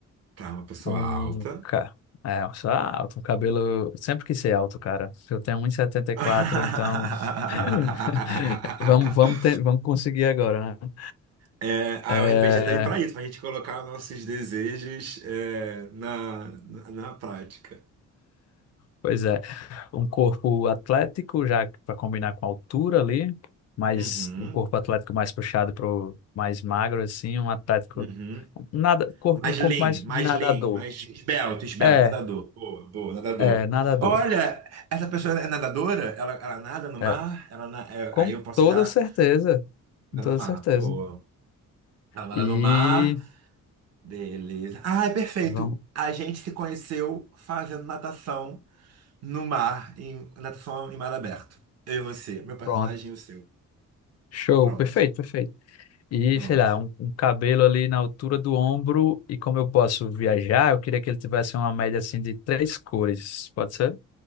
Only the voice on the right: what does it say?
Tá, uma pessoa
alta.
<laughs>
É, ah,
o G tá aí pra isso, pra gente colocar nossos desejos é, na, na, na prática.
Uhum,
uhum.
Mais
lean,
mais
lean, mais esbelto, esbelto,
nadador. Boa, boa, nadador.
Olha, essa pessoa é nadadora? Ela, ela nada no
mar? Ela na- é,
aí eu posso
já
nadar
no mar.
Pô, ela nada
no mar, beleza. Ah, é perfeito.
A gente se conheceu fazendo natação no mar, em natação em mar aberto. Eu e você, meu personagem
e o seu.
Pronto,
pronto.